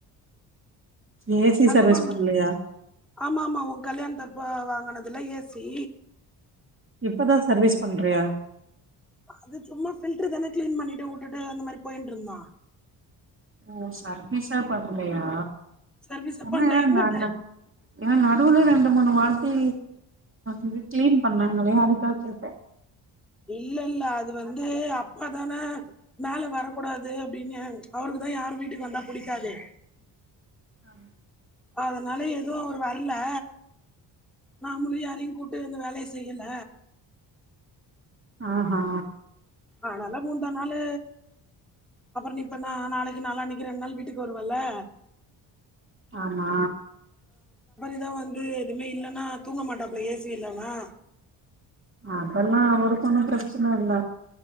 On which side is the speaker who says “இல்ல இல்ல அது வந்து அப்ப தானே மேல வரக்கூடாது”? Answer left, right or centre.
Centre